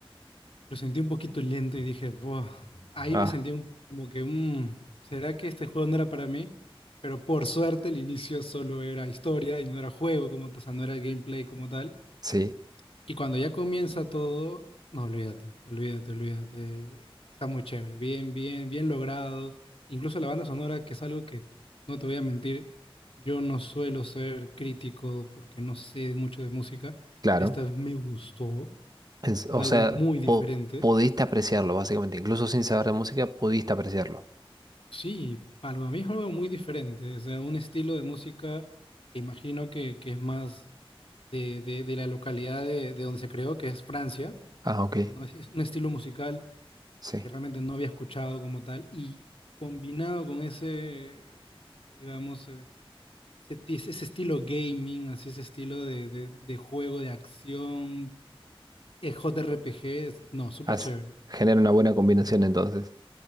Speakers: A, on the left; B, on the right.
A: lo sentí un poquito lento y dije, "Buah". ahí
B: Ah,
A: me sentí un- como que, "Mm, ¿será que este juego no era para mí? Pero por suerte el inicio solo era historia y no era juego, como, o sea, no era el gameplay como tal.
B: sí,
A: Y cuando ya comienza todo, no, olvídate, olvídate, olvídate. Está muy chévere, bien, bien, bien logrado. Incluso la banda sonora, que es algo que, no te voy a mentir, yo no suelo ser crítico porque no sé mucho de música.
B: claro.
A: Esta vez me gustó,
B: Es-
A: mm,
B: o
A: algo
B: sea,
A: muy diferente.
B: po- podiste apreciarlo, básicamente. Incluso sin saber de música, pudiste apreciarlo.
A: Sí, para mí es algo muy diferente, o sea, un estilo de música que imagino que, que es más de, de- de la localidad de, de donde se creó, que es Francia.
B: Ah, ok,
A: ¿no? Es es un estilo musical
B: sí.
A: que realmente no había escuchado como tal, y combinado con ese, digamos, eh, ese, ti- ese estilo gaming, así ese estilo de, de- de juego de acción, eh, JRPG, es- no, súper
B: Hace-
A: chévere.
B: genera una buena combinación entonces.